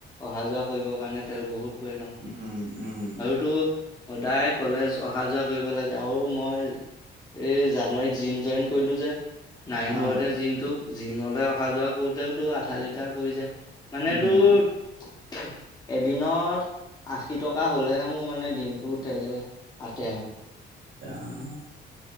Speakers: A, on the left (about 20°); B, on the right (about 75°).
A: অহা যোৱা কৰিবৰ কাৰণে তেল বহুত পৰে ন।
B: উম, উম।
A: টো সদায় কলেজ অহা যোৱা কৰিব লাগে আৰু মই এই জানুৱাৰীত জিম জইন কৰিলোঁ যে। নাৰায়ণপুৰতেহে
B: অ',
A: জিমটো জিমলৈ অহা যোৱা কৰোঁতেও তোৰ আধা লিটাৰ পৰি যায়। মানে
B: উম।
A: তোৰ এদিনত আশী টকা হ'লেহে মোৰ মানে দিন তেলে আতে আৰু।
B: আহ!